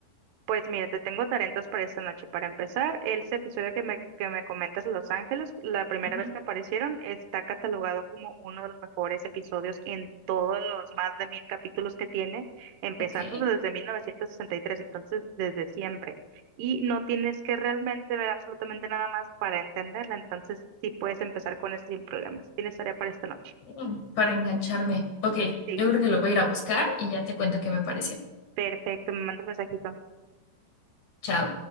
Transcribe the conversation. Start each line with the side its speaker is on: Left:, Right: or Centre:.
Right: Pues mira, te tengo talentos para esta noche. Para empezar, el episodio que me, que me comentas de Los Ángeles, la primera
Left: Ujú.
Right: vez que aparecieron, está catalogado como uno de los mejores episodios en todos los más de mil capítulos que tiene, empezando
Left: Ok,
Right: desde 1963, entonces desde siempre. Y no tienes que realmente ver absolutamente nada más para entenderla, entonces sí puedes empezar con eso sin problemas. Tienes tarea para esta noche.
Left: mm, para engancharme. Ok,
Right: Sí,
Left: yo creo que lo voy a ir a buscar y ya te cuento qué me pareció.
Right: perfecto, me mandas mensajito.
Left: Chao.